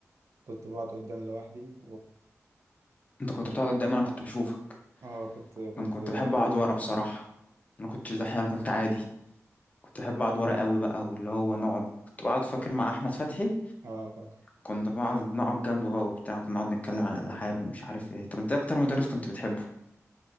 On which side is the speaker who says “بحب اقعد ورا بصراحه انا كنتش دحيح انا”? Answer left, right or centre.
Left